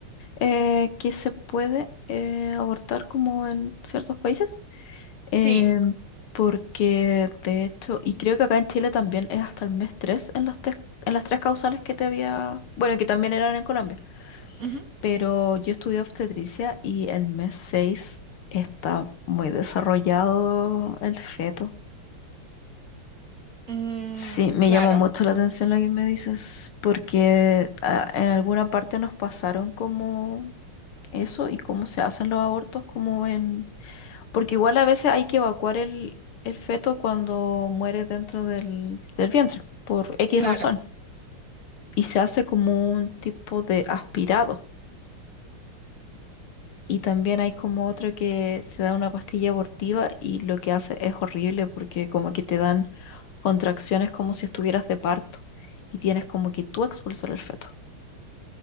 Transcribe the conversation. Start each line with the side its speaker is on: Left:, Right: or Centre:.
Left: eh, que se puede eh, abortar como en ciertos países, em,
Right: Sí.
Left: porque de hecho, y creo que acá en Chile también es hasta el mes 3 en las, tres- en las tres causales que te había, bueno, que también eran en Colombia,
Right: ujú.
Left: pero yo estudié obstetricia y el mes 6 está muy desarrollado el feto.
Right: Mm,
Left: Sí, me
Right: claro,
Left: llamó mucho la atención lo que me dices, porque ah, en alguna parte nos pasaron como eso y cómo se hacen los abortos como en Porque igual a veces hay que evacuar el, el feto cuando muere dentro del, del vientre, por X
Right: claro.
Left: razón. Y se hace como un tipo de aspirado. Y también hay como otro que se da una pastilla abortiva y lo que hace es horrible porque como que te dan contracciones como si estuvieras de parto y tienes como que tú expulsar el feto.